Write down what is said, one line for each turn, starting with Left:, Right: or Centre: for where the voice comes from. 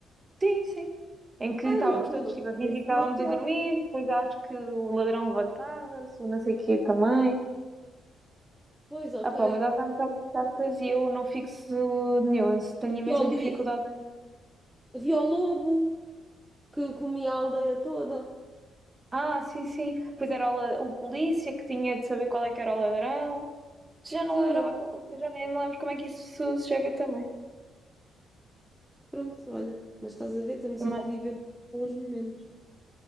Right: sim, sim. Em que
Centre: Ai,
Right: estávamos
Centre: não, olha,
Right: todos
Centre: não
Right: tipo
Centre: conheço
Right: a fingir que
Centre: demasiado.
Right: estávamos a dormir, depois acho que o ladrão levantava-se, o não sei o quê também.
Centre: Pois, ok.
Right: Ah pá, mas há tantas cartas e eu não fixo nuance, tenho
Centre: Havia
Right: imensa
Centre: o
Right: dificuldade.
Centre: li-
Right: em-
Centre: havia o lobo que comia a aldeia toda.
Right: Ah, sim, sim. Pois era o, la- o polícia que tinha de saber qual é que era o ladrão. Já não
Centre: Sim,
Right: lembrava, co- já nem me lembro como é que isso se joga também.
Centre: pronto, olha. Mas estás a ver, estamos
Right: Também,
Centre: a reviver bons momentos.